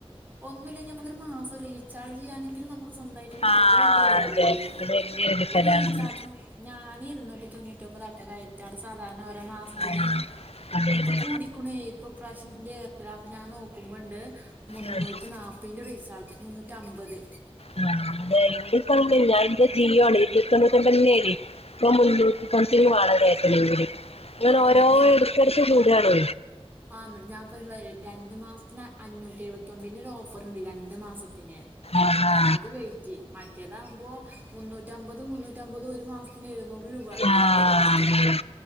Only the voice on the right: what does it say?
ഒന്നുല്ലെങ്കിൽ നമുക്കൊരു മാസം റീചാർജ് ചെയ്യാനെങ്കിലും നമുക്ക് സ്വന്തമായിട്ട് കിട്ടി
അത് വലിയൊരിതാവൂല്ലേ
ഇപ്പൊ
റീചാർജിനോകെ ഞാൻ ഇരൂന്നൂറ്റി തൊണ്ണൂറ്റി ഒമ്പത് അട്ട കയിഞ റ്റാർ സാധാരണ ഓരോ മാസത്തിന്
ഇപ്പൊ
കൂടി ഇപ്പൊ പ്രശന്റെ എർട്ടലാപ്പ് ഞാൻ നോക്കുമ്പോണ്ട് മുന്നൂറ്റി
നാല്പ്പ- പിന്റെ റിചാർജ് മുന്നൂറ്റി അമ്പത്
ആഹ്
എന്നിട്ട്
ആ ഞാൻ രണ്ടു മാസത്തിന് അഞ്ഞൂറ്റി എഴുപത്തിമ്പിന്റെ ഒരു ഓഫർ ഉണ്ട് രണ്ട് മാസത്തിന്
അത് കഴറ്റി മറ്റേതകുമ്പോ മുന്നൂറ്റമ്പത് മുന്നൂറ്റമ്പത്ും ഒരു മാസം ന് ഇരുന്നൂറ് രൂപ ഉണ്ട്
ഈ രണ്ട് മാസത്തിന്